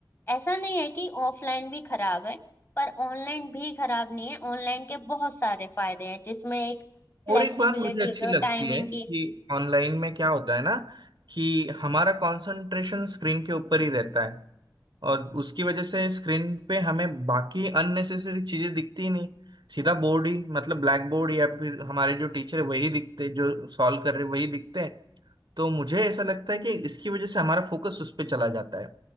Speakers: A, on the left (about 35°); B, on the right (about 80°).
A: ऐसा नहीं है कि ऑफलाइन भी खराब है पर ऑनलाइन भी खराब नहीं है ऑनलाइन के बहुत सारे फायदे हैं जिसमें एक फ्लेक्सिबिलिटी
B: और एक बात मुझे अच्छी
A: और
B: लगती
A: टाइमिंग
B: है
A: की
B: कि ऑनलाइन में क्या होता है ना कि हमारा कंसंट्रेशन स्क्रीन के ऊपर ही रहता है और उसकी वजह से स्क्रीन पे हमें बाकी अननेसेसरी चीजें दिखती ही नहीं सीधा बोर्ड ही मतलब ब्लैक बोर्ड या फिर हमारे जो टीचर है वही दिखते जो सॉल्व कर रहे वही दिखते तो मुझे ऐसा लगता है कि इसकी वजह से हमारा फोकस उस पर चला जाता है